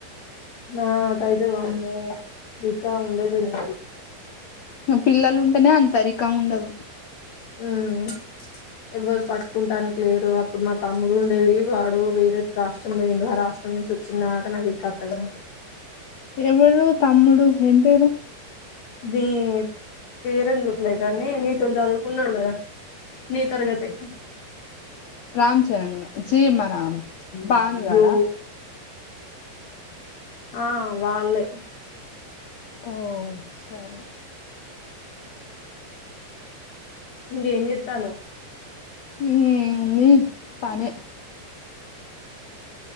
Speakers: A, on the left; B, on the left.
A: నా కైతే వామ్మో దిక్కా ఉండేది ఇంగ
B: ఇక పిల్లలు ఉంటేనే అంతరికం ఉండదు
A: హుమ్ ఎవ్వరు పట్టుకుంటానికి లేరు అప్పుడు మా తమ్ముడు ఉండేది వాడు వేరే రాష్ట్రం పోయిండు ఆ రాష్ట్రం నుంచి వచ్చినాక నాకు ఈ కట్టగా
B: ఎవరూ తమ్ముడు ఏం పేరు
A: అదీ పేరెందుకులే కానీ నీతో చదువుకున్నాడు కదా నీ తరగతేగా
B: రామ్ చరణ్ చీమ రామ్ పాండుగాడ
A: అయ్యో ఆ వాళ్ళే
B: ఓ సరే
A: ఇంకేం జేత్తన్నవ్
B: ఏముంది పనే